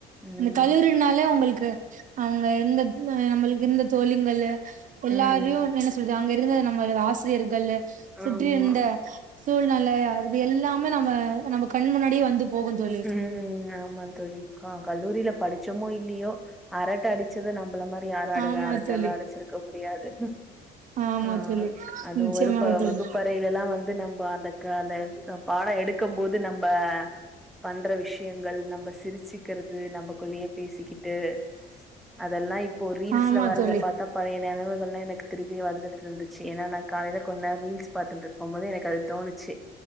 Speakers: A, in the centre; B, on the right.
A: ம்
B: இந்த கல்லூரினாலே உங்களுக்கு அவங்க எந்த இல்ல நம்மளுக்கு இருந்த தோழிங்கள்ளு எல்லாரியு
A: ம்
B: என்ன சொல் து அங்க இருந்தது நம்மளது ஆசிரியர்களு சுற்றி
A: ஆமா
B: இந்த சூழ்நெலைய அது எல்லா ம்ம நம்ம நம்ப கண் முன்னாடியே வந்து தோழி
A: ம் ஆமா தோழி க கல்லூரில படி ச்சமோ இல்லியோ அரட்ட அடிச்சது நம்பள மா யாராரு
B: ஆமா
A: யாருக்கெல்லா
B: தோழி
A: அடிச்சிருக்க முடியாது
B: ஆமா
A: ஆ
B: தோழி
A: அது
B: நிச்சயமாக
A: வருப்ப
B: தோழி
A: வகுப்பறைலெல்லா வந் து நம் ப்போ அந்த க அந்த க பாடோ எடுக்கும் போது நம்ப பண்ற விஷயங்கள் நம்ப சிரிச்சிக்கிறது நம்பக்குள்ளயே பேசிக்கிட்டு அதெல்லா இப்போ ரீல்ஸ்ல
B: ஆமா
A: வரத்த
B: தோழி
A: பாத்தா பழைய நெனவு தேல்லா எனக்கு திருப்பி வந்துட்ருந்துச்சு ஏன்னா நா காலையில கொன்நேர் ரீல்ஸ் பாத்துட்ருக்கும் போதே எனக்கு அது தோணுச்சு